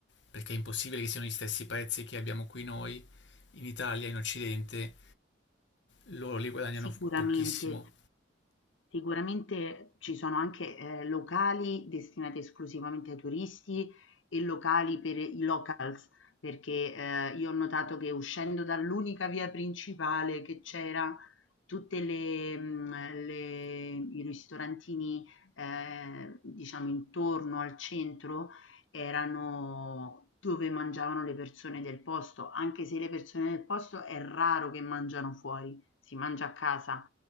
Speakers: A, on the left; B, on the left.
A: perché è impossibile che siano gli stessi prezzi che abbiamo qui noi in Italia, in Occidente loro lì guadagnano
B: sicuramente.
A: pochissimo.
B: Sicuramente ci sono anche, ehm, locali destinati esclusivamente ai turisti e locali per i locals, perché, ehm, io ho notato che uscendo dall'unica via principale che c'era, tutte le mhmm, le i ristorantini, ehm, diciamo intorno al centro erano dove mangiavano le persone del posto, anche se le persone del posto è raro che mangiano fuori, si mangia a casa